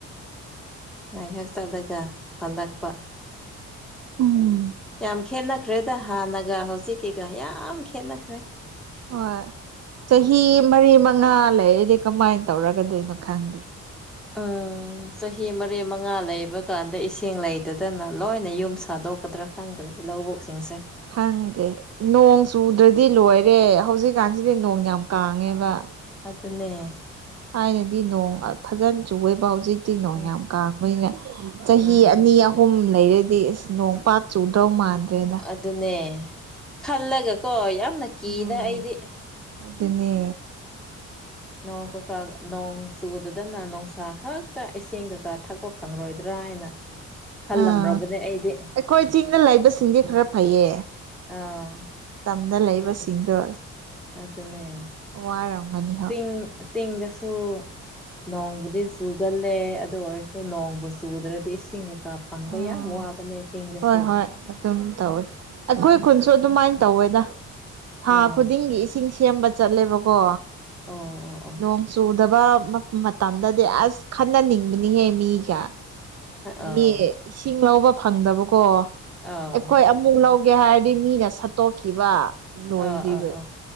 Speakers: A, in the centre; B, on the right.
A: ꯉꯥꯏꯍꯥꯛ ꯆꯠꯂꯒ ꯍꯜꯂꯛꯄ
B: ꯎꯝ
A: ꯌꯥꯝ ꯈꯦꯠꯅꯈ꯭ꯔꯦꯗ ꯍꯥꯟꯅꯒ ꯍꯧꯖꯤꯛꯀꯤꯒ ꯌꯥꯝ ꯈꯦꯠꯅꯈ꯭ꯔꯦ
B: ꯍꯣꯏ ꯆꯍꯤ ꯃꯔꯤ ꯃꯉꯥ ꯂꯩꯔꯤꯗꯤ ꯀꯃꯥꯏꯅ ꯇꯧꯔꯒꯗꯣꯏꯅꯣ ꯈꯪꯗꯦ
A: ꯎꯝ ꯆꯍꯤ ꯃꯔꯤ ꯃꯉꯥ ꯂꯩꯕ ꯀꯥꯟꯗ ꯏꯁꯤꯡ ꯂꯩꯇꯗꯅ ꯂꯣꯏꯅ ꯌꯨꯝ ꯁꯥ ꯇꯣꯛꯀꯗ꯭ꯔꯥ ꯈꯪꯗ꯭ꯔꯦ ꯂꯧꯕ ꯀꯛꯆꯤꯡꯁꯦ
B: ꯍꯪ ꯅꯣꯡ ꯆꯨꯗ꯭ꯔꯗꯤ ꯂꯣꯏꯔꯦ ꯍꯧꯖꯤꯛꯀꯥꯟꯁꯤꯗꯤ ꯅꯣꯡ ꯌꯥꯝ ꯀꯥꯡꯥꯡꯉꯦꯕ
A: ꯑꯗꯨ ꯑꯗꯨꯅꯦ
B: ꯊꯥꯏꯅꯗꯤ ꯅꯣꯡ ꯐꯥꯖꯟ ꯆꯨꯋꯦꯕ ꯍꯧꯖꯤꯛ ꯇꯤꯅꯣ
A: ꯎꯝ
B: ꯌꯥꯝ ꯀꯕꯅꯤꯅ ꯆꯍꯤ
A: ꯎꯝ
B: ꯑꯅꯤ ꯑꯍꯨꯝ ꯍꯍꯨꯝ ꯂꯩꯔꯗꯤ ꯑꯁ ꯅꯣꯡ ꯄꯥꯠ ꯆꯨꯗ꯭ꯔꯧ ꯃꯥꯟꯗ꯭ꯔꯦꯗ
A: ꯑꯗꯨꯅꯦ ꯈꯜꯂꯒꯀꯣ ꯌꯥꯝꯅ ꯀꯤꯗꯥ
B: ꯑꯣ
A: ꯑꯩꯗꯤ
B: ꯑꯗꯨꯅꯦ
A: ꯅꯣꯡ ꯀꯀꯥ <inaudible> ꯅꯣꯡ ꯆꯨꯗꯗꯅ ꯅꯨꯡꯁꯥ ꯈꯛꯇ ꯏꯦꯡ ꯀꯩꯀꯥ ꯊꯛꯄ ꯐꯪꯂꯔꯣꯏꯗ꯭ꯔꯥ ꯍꯥꯏꯅ
B: <inaudible>
A: ꯈꯜꯂꯝꯔꯕꯅꯦ
B: ꯑꯥ
A: ꯑꯩꯗꯤ
B: ꯑꯩꯈꯣꯏ ꯆꯤꯡꯗ ꯂꯩꯕꯁꯤꯡꯗꯤ ꯈꯔ ꯐꯩꯌꯦ
A: ꯑꯥ
B: ꯇꯝꯗ ꯂꯩꯕꯁꯤꯡꯗꯣ
A: ꯑꯗꯨꯅꯦ
B: ꯋꯥꯔꯝꯒꯅꯤ ꯍꯣꯏ
A: ꯆꯤꯡ ꯆꯤꯡꯗꯁꯨ ꯅꯣꯡꯕꯨꯗꯤ ꯆꯨꯒꯜꯂꯦ ꯑꯗꯨ ꯑꯣꯏꯔꯁꯨ ꯅꯣꯡꯕꯨ ꯆꯨꯗ꯭ꯔꯗꯤ ꯏꯁꯤꯡꯒ ꯐꯪꯕ
B: ꯎꯝ
A: ꯌꯥꯝ ꯋꯥꯕꯅꯦ ꯆꯤꯡꯗꯁꯨ
B: ꯍꯣꯏ ꯍꯣꯏ ꯑꯗꯨꯝ ꯇꯧꯋꯤ ꯑꯩꯈꯣꯏ ꯈꯨꯟꯁꯨ ꯑꯗꯨꯃꯥꯏꯅ ꯇꯧꯋꯦꯗ ꯊꯥ
A: ꯑꯣ
B: ꯈꯨꯗꯤꯡꯒꯤ ꯏꯁꯤꯡꯁꯤ ꯁꯦꯝꯕ ꯆꯠꯂꯦꯕꯀꯣ
A: ꯑꯣ ꯑꯣ
B: ꯅꯣꯡ ꯆꯨꯗꯕꯥ ꯃꯇꯝꯗꯗꯤ ꯑꯁ ꯈꯟꯅꯅꯤꯡꯕꯅꯤꯍꯦ ꯃꯤ ꯀꯌꯥ ꯃꯤ
A: ꯑꯣ
B: ꯏꯁꯤꯡ ꯂꯧꯕ ꯐꯪꯗꯕꯀꯣ
A: ꯑꯣ
B: ꯑꯩꯈꯣꯏ ꯑꯃꯨꯛ ꯂꯧꯒꯦ ꯍꯥꯏꯔꯗꯤ ꯃꯤꯅ ꯁꯠꯇꯣꯛꯈꯤꯕ ꯂꯣꯏꯗ꯭ꯣꯏꯔꯤꯕ
A: ꯑꯣ ꯑꯣ ꯑꯣ ꯑꯣ ꯑꯥ ꯑꯥ
B: ꯎ